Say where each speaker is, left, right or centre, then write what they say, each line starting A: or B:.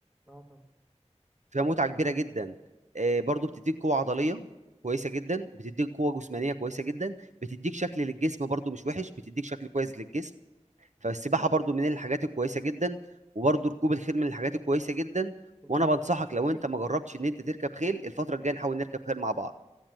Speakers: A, on the right; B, on the right.
A: اه طبعا
B: فيها متعه كبيره جدا آه، برضو بتديك قوه عضليه كويسه جدا بتديك قوه جسمانيه كويسه جدا بتديك شكل للجسم برضو مش وحش بتديك شكل كويس للجسم فالسباحه برضو من الحاجات الكويسه جدا وبرضو ركوب الخيل من الحاجات الكويسه جدا
A: انت
B: وانا بنصحك
A: ليك
B: لو انت ما جربتش ان انت تركب خيل الفتره الجايه نحاول نركب خيل مع بعض